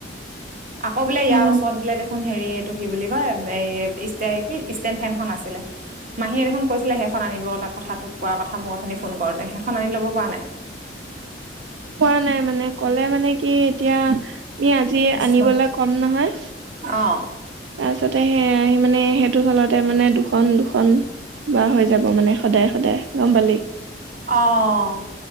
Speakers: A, on the right (about 45°); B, on the right (about 75°).
A: আকৌ বোলে ইয়াৰ
B: উম,
A: ওচৰত বোলে দেখোন হেৰি এইটো কি বুলি কয় এ ষ্ট কি ষ্টেণ্ড ফেনখনন আছিলে মাহীয়ে দেখোন কৈছিলে সেইখন আনিবল কথাটোক কোৱা কথা মোৰ অথনি ফোন কৰোঁতে সেইখন আনি ল'ব পৰা নাই।
B: কোৱা নাই মানে ক'লে মানে কি এতিয়া ই আজি
A: কৃষ্ণ
B: আনিবলৈ কম নহয়।
A: অ'
B: তাৰপিছতে সে আহি মানে সেইটো চলতে মানে দুখন দুখন ব হৈ যাব মানে সদায় সদায় গম পালি।
A: অ'